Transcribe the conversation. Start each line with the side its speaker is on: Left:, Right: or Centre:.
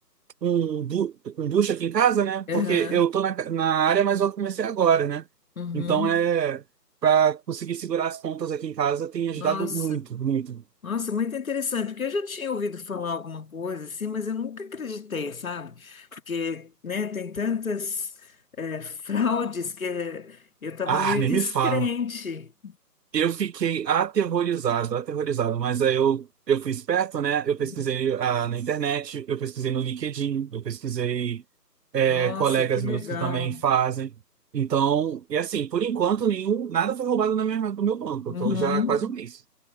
Right: um, bu- um boost aqui em casa, né?
Left: aham,
Right: Porque eu tô na, ca- na área, mas eu comecei agora, né?
Left: uhum,
Right: Então é para conseguir segurar as pontas aqui em casa tem ajudado
Left: nossa.
Right: muito, muito.
Left: Nossa, muito interessante, porque eu já tinha ouvido falar alguma coisa assim, mas eu nunca acreditei, sabe? Porque, né, tem tantas eh, <laughs> fraudes que eh, eu estava
Right: Ah,
Left: meio
Right: nem
Left: descrente.
Right: me fala. Eu fiquei aterrorizado, aterrorizado, mas aí eu, eu fui esperto, né? Eu pesquisei
Left: Uhum.
Right: ah, na internet, eu pesquisei no LinkedIn, eu pesquisei é,
Left: Nossa,
Right: colegas
Left: que legal.
Right: meus que também fazem. Então, e assim, por enquanto, nenhum, nada foi roubado na minha, do meu banco.
Left: Uhum.
Right: Eu tô já há quase um mês.